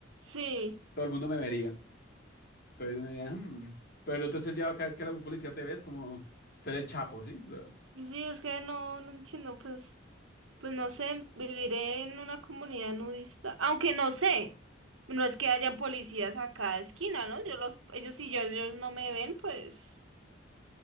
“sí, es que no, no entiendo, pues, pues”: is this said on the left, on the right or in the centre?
Right